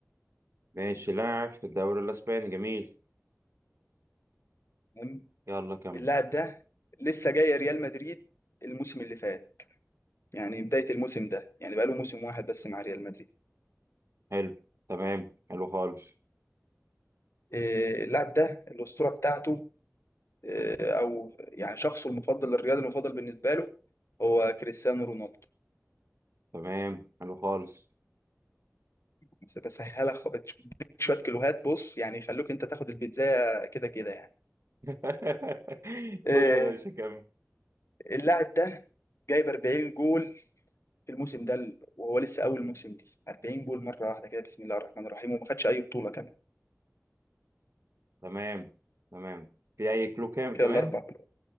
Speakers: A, on the right; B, on the left.
A: ماشي لاعب في الدوري الاسباني جميل
B: تمام
A: يلا كمل
B: اللاعب ده لسه جاي ريال مدريد الموسم اللي فات يعني بدايه الموسم ده يعني بقاله موسم واحد بس مع ريال مدريد
A: حلو تمام حلو خالص
B: آه، اللاعب ده الاسطوره بتاعته آه، او يعني شخصه المفضل الرياضي المفضل بالنسبه له هو كريستيانو رونالدو
A: تمام حلو خالص
B: بس بسهلها خ- بديك شويه كيلوهات بص يعني يخلوك انت تاخد البيتزا كده كده يعني
A: <laughs>
B: آه،
A: قول يا باشا كمل
B: اللاعب ده جايب 40 جول في الموسم ده ال- وهو لسه اول موسم دي 40 جول مره واحده كده بسم الله الرحمن الرحيم وما خدش اي بطوله كمان
A: تمام تمام في اي كلو كام
B: كده
A: كمان
B: الاربع كلوهات